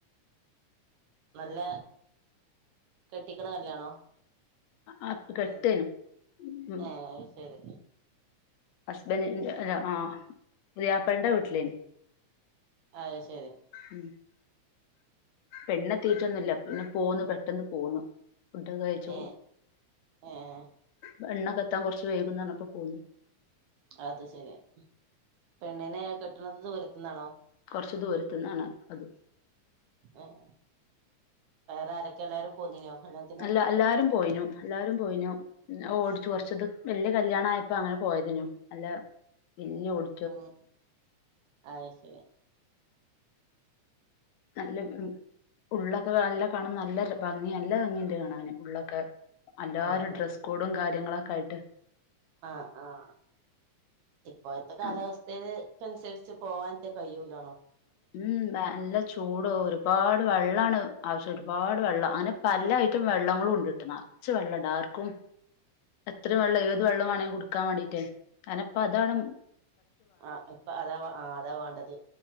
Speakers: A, on the right; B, on the left.
A: നല്ല കെട്ടിക്ക്ണ കല്യാണോ?
B: അഹ് കെട്ടേനും
A: അത് ഏഹ് അത് ശരി
B: ഹസ്ബൻഡിന്റെ ല ആഹ് പുതിയാപൾ ണ്ടെ വീട്ടിലേന്
A: ആഹ് ശരി
B: ഉം പെണ്ണതീറ്റൊന്നുല്ല പിന്നെ പോന്നു പെട്ടെന്ന് പോന്നു ഫുഡക കഴിച്ചു
A: ഏഹ് ഏഹ്
B: പെണ്ണകത്താൻ കൊർച്ച് വൈകുന്നാണ് പ്പ പോന്നു
A: അത് ശെരി പെണ്ണിനെ കെട്ട്ന്ന്ത് ദൂരത്ത്ന്നാണോ
B: കൊർച്ച് ദൂരത്ത്ന്നാണ് അത്
A: എഹ് വേറെ ആരക്കെ എല്ലാരും പോന്നിന്യോ അല്ലാന്ന്
B: അല്ല എല്ലാരും പോയിനു എല്ലാരും പോയിനു ൻ ഓടിച്ചു കൊർച്ത് വല്യയ കല്യാണാ യപ്പ അങ്ങനെ പോയതേനു അല്ല വല്യോ ഓട്
A: പിന്നെ അത് ശരി
B: നല്ല വ്‌വ്ഉള്ളൊക്കെ നല്ല കാണാം നല്ല ര ഭംഗ്യ നല്ല ഭംഗിൺ ട്കാണാന് ഉള്ളൊക്കെ അല്ലാരും
A: ആഹ്
B: ഡ്രസ്സ് കോഡും കാര്യങ്ങളൊക്കെ ആയിട്ട്
A: ആഹ് ആഹ് ഇപ്പോയത്തെ കാലാവസ്
B: ആ
A: തേന്ന് തൻസരിച്ചും പോവാൻത്തെ കയ്യുലാന്നോ
B: ഉം ബേൻല ചൂടോ ഒരുപാട് വെള്ളാണ് ആവശ്യൊര് പാട് വെള്ള അങ്ങനെ പല്ല ഐറ്റം വെള്ളങ്ങളുണ്ട്ട്ട്ന്നാ ച്ച് വെള്ള ഡാർക്കും എത്ര വള്ള ഏത് വള്ള്യാണങ്കി ങ്കുടിക്കാ വാണ്ടീറ്റേ കാര്നപ്പതാണ് ഉം
A: ആഹ് ഇപ്പ അതാവാ ആഹ് അതാ വാണ്ടത്